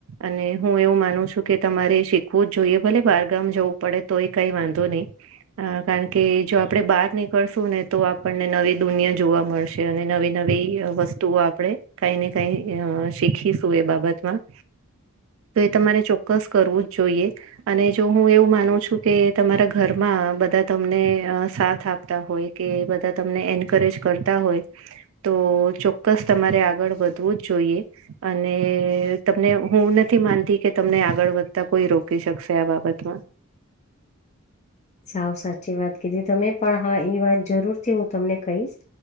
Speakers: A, on the right (about 65°); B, on the left (about 30°).
A: અને હું એવું માનું છું કે તમારે શીખવું જ જોઈએ. ભલે બારગામ જવું પડે તો એ કઈ વાંધો નહી. અ કારણ કે જો આપડે બહાર નીકળશું ને તો આપણને નવી દુનિયા જોવા મળ છે અને નવી નવી વસ્તુઓ આપ આપણે કાઈ ને કઈ અ શીખીશું એ બાબતમાં. તો એ તમારે ચોક્કસ કરવું જ જોઈએ. અને જો હું એવું માનું છું કે તમારા ઘરમાં બધા તમને સાથ આપતા હોય. કે બધા તમને એન્કરેજ કરતા હોય તો ચોક્કસ તમારે આગળ વધવું જ જોઈએ. અને તમને હું નથી માનતી કે તમને આગળ વધતા કોઈ રોકી શકશે આ બાબતમાં.
B: સાવ સાચી વાત કીધી તમે પણ હા એ વાત જરૂર થી હું તમને કહીશ